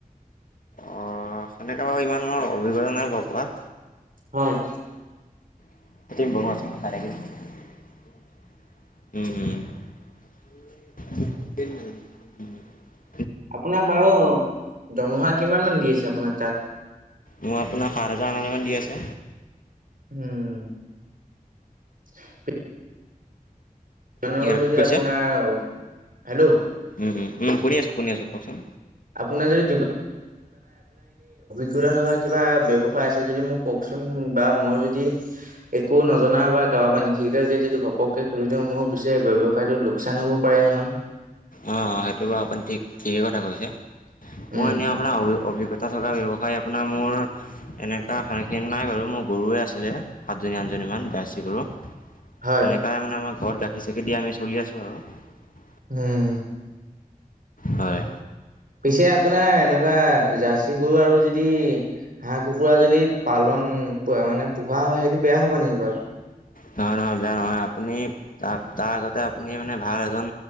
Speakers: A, on the left; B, on the right.
A: অ' সেনেকে বাৰু ইমান অভিজ্ঞতা নাই ব কোৱা।
B: হয়।
A: ক বনোৱা আছে। <inaudible>
B: আপোনাক বাৰু দমহা কিমান মান দি আছে আপোনাক তাত?
A: মই আপোনাক সাত হাজাৰ হাজামান দি আছে।
B: উম। <inaudible> <unintelligible>
A: কি কি কৈছে
B: যদি আপোনাৰ, হেল্ল'।
A: উম, উম শুনি আছো শুনি আছো কওকচোন।
B: আপোনাৰ যদি শিকত থকা কিবা ব্যৱসায় আছে যদি মোক কওকচোন বা মোৰ যদি একো নজনা বা কাবাপা নিষিকাকে যদি ঘপকে খুলি মোৰো পিছে ব্যৱসায়তো লোকচান হ'বও পাৰে। তাই নহয়।
A: অ' সেইটো বাৰু আপুনি ঠিক ঠিকেই কথা কৈছে
B: উম,
A: মই এনেই আপোনাৰ অ অভি পটা চগা ব্যৱসায় আপোনাৰ মোৰ এনেকুৱা সানহখিন নাই বাৰু মোৰ গৰুৱে আছিলে সাতজনীয়া। জনীমান ব চি কৰৰু সেনেকুৱাই
B: হয়।
A: মানে আমাৰ ঘৰত গাখীৰ চখি দিয়ে আমি চলি আছোঁ আৰু।
B: উম।
A: হয়।
B: পিছে আপোনাৰ এনেকুৱা জাৰ্চি গৰু আৰু যদি হাঁহ কুকুৰা যদি পালন মানে পোহা হয় সেইটো বেয়া হবা নেকি বাৰু?
A: নহয় নহয় বেয়া নহয় আপুনি তা-তাৰ আগতে আপুনি মানে ভাল এজন